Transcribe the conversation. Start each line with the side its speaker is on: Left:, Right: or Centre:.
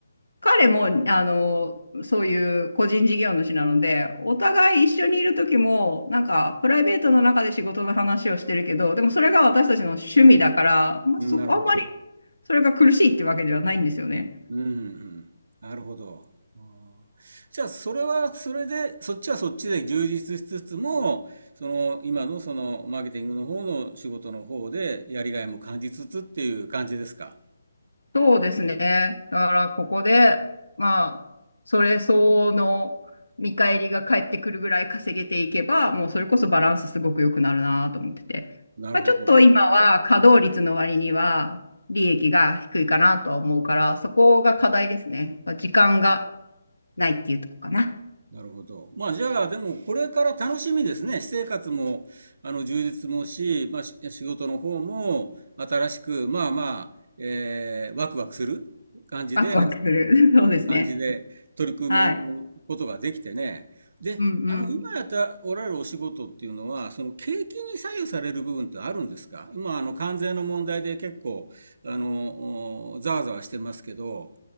Left: 彼も、あの、そういう個人事業主なので、お互い一緒にいる時も、なんか、プライベートの中で仕事の話をしてるけど、でもそれが私たちの趣味だから、まあ、
Right: うんなるほど。
Left: そこ、あんまりそれが苦しいってわけではないんですよね。
Right: うんうんなるほど。あーじゃあ、それはそれで、そっちはそっちで充実しつつも、その今のそのマーケティングの方の仕事の方でやりがいも感じつつっていう感じですか。
Left: そうですね。だからここで、まあ、それ相応の見返りが返ってくるぐらい稼げていけば、もうそれこそバランスすごく良くなるなと思ってて。
Right: なるほど。
Left: まあ、ちょっと今は稼働率の割には利益が低いかなとは思うから、そこが課題ですね。まあ時間がないっていうとこかな。
Right: なるほど。まあじゃあ、でもこれから楽しみですね。私生活も、あの、充実もし、まあし仕事の方も新しく、まあまあ、えーワクワクする感じで
Left: ワクワクする。<laughs> そうですね。
Right: 感じで取り組むことができてね。
Left: はい。
Right: で、
Left: うんうん。
Right: あの、今やっておられるお仕事っていうのは、その景気に左右される部分ってあるんですか今、あの、関税の問題で結構、あの、おざわざわしてますけど、